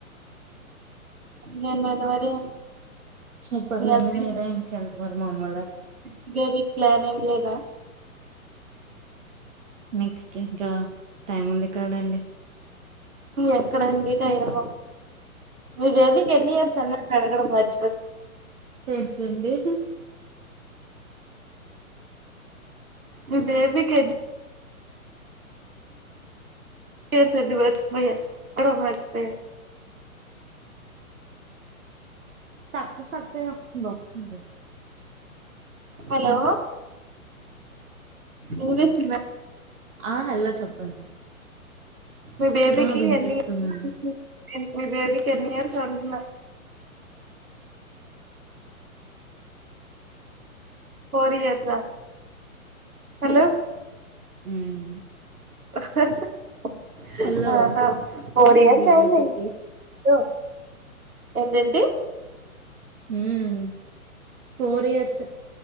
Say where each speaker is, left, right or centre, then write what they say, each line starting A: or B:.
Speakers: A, on the right; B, on the right.
A: ఇంకేంటండి మరి
B: చెప్పలండి
A: మీ హస్బెండ్
B: మీరే ఇంకెంటి మరి మాములె
A: ఇంకేంటి ప్లాన్ ఏమి లేదా?
B: నెక్స్ట్ ఇంకా టైం ఉంది కదండి.
A: ఎక్కడండి టైమ్ మీ బేబీకి ఎన్ని ఇయర్స్ అన్నట్టు అడగడం మరి
B: ఏటండిహి
A: మీ బేబికి ఏ ఏజ్ అండి మర్చిపోయా, ఎక్కడో మర్చిపోయా
B: స్టక్ స్టక్ అని వస్తుందు
A: హలో వినిపిస్తుంద
B: ఆ హలో చెప్పండి
A: మీ బేబేకి
B: ఆ వినిపిస్తుందండి
A: ఎన్ని ఇయ నేను బేబీ ఎన్ని ఇయర్స్ అంటున్న ఫోర్ ఇయర్స హలో
B: ఉమ్
A: అహ్హ్
B: హలో
A: ఆహా ఫోర్ ఇయర్స్
B: అండి
A: అయింది
B: బేబీకి
A: లో ఏంటండీ
B: హూమ్ ఫోర్ ఇయర్సె